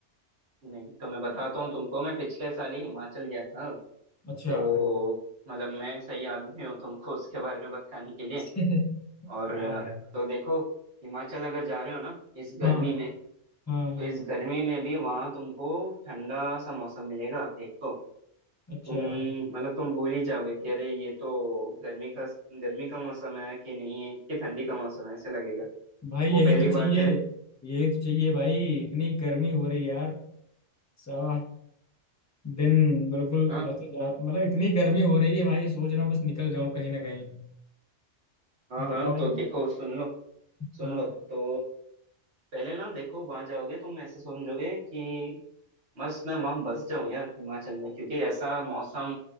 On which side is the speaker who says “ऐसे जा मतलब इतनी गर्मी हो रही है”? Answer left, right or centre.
Left